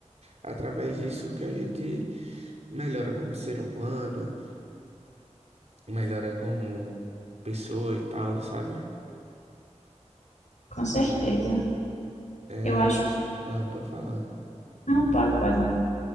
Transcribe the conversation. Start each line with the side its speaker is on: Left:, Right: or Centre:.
Right: através disso que a gente melhora como ser humano melhora como pessoa e tal, sabe?
Left: Com certeza.
Right: É...
Left: Eu acho que.
Right: Ah, pode falar.
Left: Não, pode, pode.